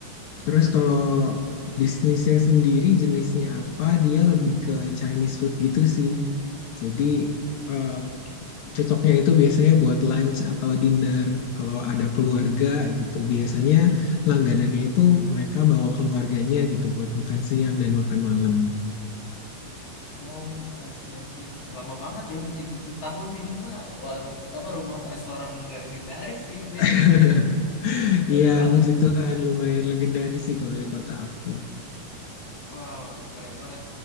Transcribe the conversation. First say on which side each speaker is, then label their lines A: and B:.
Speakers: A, on the left; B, on the left.
A: Terus kalau bisnisnya sendiri jenisnya apa, dia lebih ke Chinese food gitu sih. Jadi eh,
B: Hmm.
A: cocoknya itu biasanya buat lunch atau dinner. Kalau ada keluarga gitu, biasanya langganannya itu mereka bawa keluarganya gitu buat makan siang dan makan malam.
B: Oh, I see, I see. Lama banget ya udah 30 tahun ini mah warung apa rumah restoran legendaris sih udah
A: <laughs>
B: jatuhnya. Keren
A: Iya,
B: banget.
A: puji Tuhan lumayan legendaris sih kalau di kota aku.
B: Wow, keren banget.